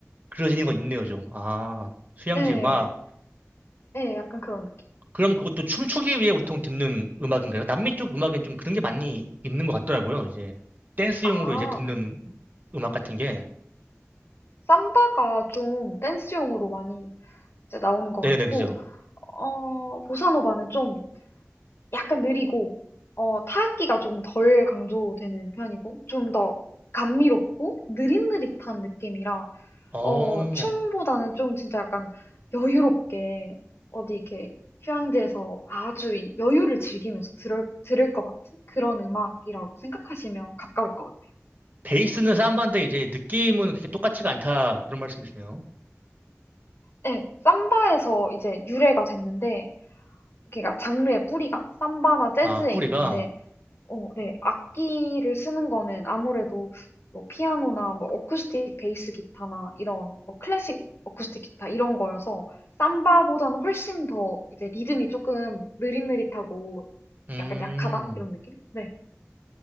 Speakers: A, on the right; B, on the left.
A: 그려지는 건 있네요, 좀. 아, 휴양지
B: 네,
A: 음악.
B: 네, 약간 그런 느낌.
A: 그럼 그것도 춤추기 위해 보통 듣는 음악인가요? 남미 쪽 음악엔 좀 그런 게 많이 있는 것 같더라고요. 이제 댄스용으로
B: 아,
A: 이제 듣는 음악 같은 게.
B: 삼바가 좀 댄스용으로 많이 이제 나오는 것
A: 네네,
B: 같고,
A: 그죠.
B: 어, 보사노바는 좀 약간 느리고, 어, 타악기가 조금 덜 강조되는 편이고, 좀 더 감미롭고, 느릿느릿한 느낌이라,
A: 어,
B: 어, 춤보다는 좀 진짜 약간 여유롭게, 어디 이렇게 휴양지에서 아주 이 여유를 즐기면서 들을, 들을 것 같은 그런 음악이라고 생각하시면 가까울 것 같아요.
A: 베이스는 삼바인데 이제 느낌은 그렇게 똑같지가 않다. 그런 말씀이시네요.
B: 네, 삼바에서 이제 유래가 됐는데, 그러니까 장르의 뿌리가 삼바나 재즈에
A: 아, 뿌리가.
B: 있는데 어, 네. 악기를 쓰는 거는 아무래도 뭐 피아노나 뭐 어쿠스틱 베이스 기타나 이런 뭐 클래식 어쿠스틱 기타 이런 거여서 삼바보다는 훨씬 더 이제 리듬이 조금 느릿느릿하고
A: 음,
B: 약간 약하다? 이런 느낌? 네.